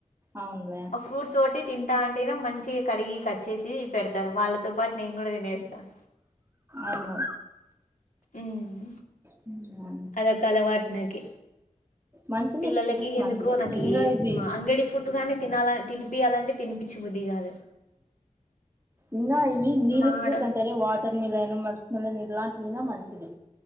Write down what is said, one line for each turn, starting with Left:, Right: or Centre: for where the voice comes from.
Right: అవునులే
Left: ఫ్రూట్సో టి తింటా అంటే మంచి కడిగి కట్ చేసి పెడతరు వాళ్ళతో పాటు నేను కూడ తినేస్తాను
Right: అవును
Left: ఉమ్మ్
Right: ఉ
Left: అదొక అలవాట్ నకి
Right: మంచిది
Left: పిల్లలకి
Right: ఫ్రూట్స్
Left: ఎందుకో
Right: మంచిది
Left: నాకి
Right: ఇంకా
Left: ఏం
Right: ఇవి
Left: అంగడికి ఫుడ్టుగాని తినాల తినిపియాలంటే తినిపించి బుద్ది కాదు.
Right: ఇంగా ఇవి నీళ్ళ
Left: మాడ
Right: ఫ్లూట్స్ అంటారే what watermelon muskmelon ఇలాంటివి ఇంగా మంచిది.